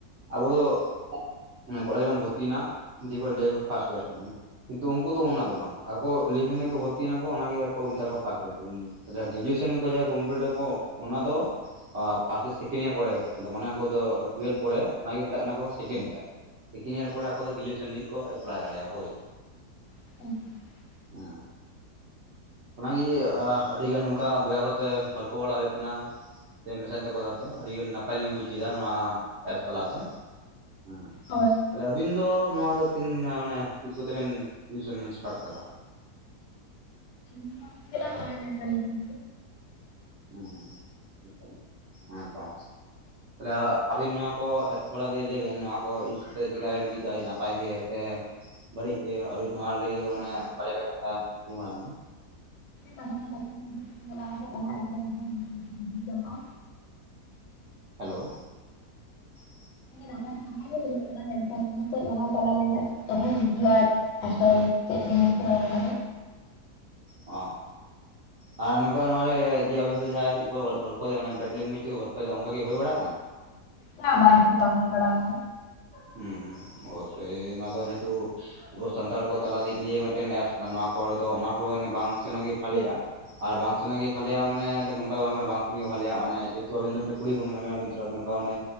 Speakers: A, on the right; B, on the left.
A: ᱟᱵᱚ ᱫᱚ <inaudible> ᱢᱟᱱᱮ ᱠᱚᱞᱮᱡᱽ ᱵᱚᱱ ᱵᱷᱚᱨᱛᱤᱭᱮᱱᱟ ᱫᱤᱭᱮᱯᱚᱨ ᱞᱟᱹᱭ ᱟᱠᱚ ᱯᱥᱴ ᱤᱭᱟᱨ <unintelligible> ᱠᱤᱱᱛᱩ ᱩᱱᱠᱩ ᱫᱚ ᱚᱱᱟ ᱫᱚ ᱵᱟᱝ ᱟᱠᱚ ᱤᱞᱤᱵᱷᱮᱱ ᱨᱮᱠᱚ ᱵᱷᱚᱨᱛᱤᱭᱮᱱᱟ ᱠᱚ ᱚᱱᱟ ᱜᱮ ᱠᱚ ᱢᱮᱛᱟ ᱠᱚᱣᱟ ᱯᱟᱥᱴ ᱤᱭᱟᱨ ᱫᱚ᱾ ᱡᱟ ᱜᱨᱮᱡᱩᱭᱮᱥᱚᱱ ᱠᱚ ᱡᱟᱦᱟᱸ ᱠᱚᱢᱯᱞᱤᱴ ᱟᱠᱚ ᱚᱱᱟ ᱫᱚ ᱯᱷᱟᱥᱴ ᱥᱮᱠᱮᱱᱰ ᱤᱭᱟᱨ ᱯᱚᱨᱮ ᱫᱚ ᱢᱟᱱᱮ ᱩᱱᱠᱩ ᱫᱚ ᱴᱩᱭᱮᱞᱵᱷ ᱯᱚᱨᱮ ᱚᱱᱟᱜᱮ ᱢᱮᱛᱟᱜ ᱠᱟᱱᱟ ᱠᱚ ᱥᱮᱠᱮᱱᱰ ᱤᱭᱟᱨ᱾ ᱥᱮᱠᱮᱱ ᱮᱤᱭᱟᱨ ᱯᱚᱨᱮ ᱟᱠᱚ ᱫᱚ ᱜᱨᱮᱡᱩᱭᱮᱥᱮᱱ ᱞᱟᱹᱜᱤᱫ ᱠᱚ ᱮᱯᱞᱟᱭ ᱫᱟᱲᱮᱭᱟᱜᱼᱟ ᱦᱳᱭ᱾
B: <unintelligible>
A: ᱦᱮᱸ, ᱚᱱᱟᱜᱮ ᱟ ᱟᱹᱰᱤᱜᱟᱱ ᱱᱚᱝᱠᱟ ᱵᱚᱭᱦᱟ ᱠᱚᱛᱮ ᱜᱚᱞᱯᱚ ᱵᱟᱲᱟ ᱦᱩᱭᱩᱜ ᱠᱟᱱᱟ᱾ ᱥᱮ ᱢᱮᱥᱟᱭᱮᱱ ᱛᱮᱠᱚ ᱛᱮ ᱟᱹᱰᱤᱜᱟᱱ ᱱᱟᱯᱟᱭ ᱞᱤᱧ ᱵᱩᱡ ᱠᱮᱫᱟ ᱱᱚᱣᱟ ᱮᱯᱥ ᱛᱟᱞᱟᱛᱮ ᱦᱮᱸ᱾
B: ᱦᱳᱭ᱾
A: ᱛᱟᱦᱚᱞᱮ ᱟᱵᱤᱱ ᱫᱚ ᱱᱚᱣᱟ ᱫᱚ ᱛᱤᱱ ᱚᱱᱮ ᱛᱤᱥ ᱠᱚᱛᱮ ᱵᱮᱱ ᱴᱤᱭᱩᱥᱚᱱ ᱵᱮᱱ ᱥᱴᱟᱴ ᱠᱟᱫᱟ?
B: <inaudible> ᱱᱚᱜ-ᱚᱭ ᱱᱮᱛᱟᱨ ᱜᱮ᱾
A: ᱦᱮᱸ ᱮᱠᱟᱱᱛᱚ ᱦᱮᱸ ᱛᱚ᱾ ᱛᱟᱦᱞᱮ ᱟᱵᱤᱱ ᱱᱚᱣᱟ ᱠᱚ <unintelligible> ᱞᱟᱹᱭ ᱵᱮᱱ ᱱᱚᱣᱟ ᱠᱚ ᱤᱭᱩᱡᱽ ᱠᱟᱛᱮᱫ ᱪᱮᱠᱟ ᱵᱮᱱ ᱵᱩᱡ ᱫᱟ ᱱᱟᱯᱟᱭ ᱜᱮ᱾ ᱥᱮ ᱵᱟᱹᱲᱤᱡᱽ ᱜᱮ ᱟᱵᱤᱱ ᱱᱚᱣᱟ ᱞᱟᱹᱭ ᱢᱟᱱᱮ ᱵᱟᱨᱭᱟ ᱯᱮᱭᱟ ᱠᱟᱛᱷᱟ ᱞᱟᱹᱭ ᱢᱟᱲᱟᱝᱟ᱾
B: ᱞᱟᱦᱟ ᱞᱟᱥᱟᱲᱦᱮᱫ ᱵᱩᱡᱷᱟᱹᱣ ᱠᱟᱱᱟ ᱞᱟᱦᱟ ᱥᱮᱫ ᱞᱟᱦᱟ ᱤᱫᱤ ᱞᱮᱱᱠᱷᱟᱱ <inaudible> ᱡᱟᱞᱟ-ᱟ,
A: ᱦᱮᱞᱳ᱾ <inaudible>
B: ᱚᱱᱠᱟ ᱜᱮ ᱚᱱᱠᱟ ᱜᱮ ᱵᱩᱡᱷᱟᱹᱣ ᱠᱟᱱᱟ ᱢᱮᱱᱠᱟᱷᱟᱱ ᱞᱟᱦᱟ ᱥᱮᱫ ᱞᱟᱦᱟ ᱪᱟᱞᱟᱣ ᱞᱮᱱᱠᱷᱟᱡ ᱫᱚᱦᱚᱭ ᱜᱤᱭᱟ᱾ ᱟᱫᱚ ᱪᱮᱫ ᱵᱤᱱ ᱠᱚᱨᱟᱣᱟᱱ ᱠᱟᱱᱟ?
A: ᱚᱸ, ᱟᱨ ᱱᱚᱝᱠᱟ ᱱᱚᱣᱟ ᱨᱮ ᱡᱮ ᱟᱵᱮᱱ ᱥᱟᱶ ᱛᱮ ᱡᱟᱦᱟᱸᱭ ᱠᱚ ᱜᱚᱞᱯᱚᱭᱮᱫᱟ ᱢᱟᱱᱮ ᱵᱮᱴ ᱞᱮᱝᱜᱩᱭᱮᱡᱽ ᱛᱮᱠᱚ ᱜᱚᱞᱯᱚᱭ ᱫᱟ ᱚᱱᱠᱟ ᱠᱤ ᱦᱩᱭ ᱵᱟᱲᱟ ᱟᱠᱟᱱᱟ?
B: ᱵᱟ ᱵᱟ ᱤᱱᱠᱟᱹ ᱫᱚ ᱵᱟᱝ ᱦᱩᱭ ᱵᱟᱲᱟ ᱟᱠᱟᱱᱟ᱾
A: ᱦᱩᱸ ᱦᱩᱸ ᱚᱵᱚᱥᱥᱳᱭ ᱱᱚᱣᱟ ᱫᱚ ᱡᱮᱦᱮᱛᱩ ᱟᱵᱚ ᱥᱟᱱᱛᱟᱲ ᱠᱚ ᱛᱟᱞᱟ ᱫᱤᱠ ᱞᱤᱭᱮ ᱢᱤᱫᱴᱮᱱ ᱮᱯᱥ ᱠᱟᱱᱟ, ᱱᱚᱣᱟ ᱠᱚᱨᱮ ᱫᱚ ᱚᱱᱟ ᱠᱚ ᱢᱟᱱᱮ ᱵᱟᱝ ᱥᱮᱱᱚᱜ ᱜᱮ ᱵᱷᱟᱞᱮᱭᱟ᱾ ᱟᱨ ᱵᱟᱝ ᱥᱮᱱᱚᱜ ᱜᱮ ᱵᱷᱟᱹᱞᱮᱭᱟ ᱢᱟᱱᱮ ᱫᱚ ᱱᱚᱝᱠᱟ ᱫᱚ ᱵᱟᱝ ᱠᱟᱱᱟ ᱵᱟᱝ ᱥᱮᱱᱚᱜ ᱵᱷᱟᱞᱮᱭᱟ ᱚᱱᱮ ᱡᱮᱦᱮᱛᱩ ᱟᱵᱤᱱ ᱢᱤᱫᱴᱟᱱ ᱠᱩᱲᱤ ᱦᱚᱯᱚᱱ ᱠᱟᱱᱟ ᱵᱮᱱ ᱟᱵᱮᱱ <inaudible> ᱛᱚ ᱚᱱᱮ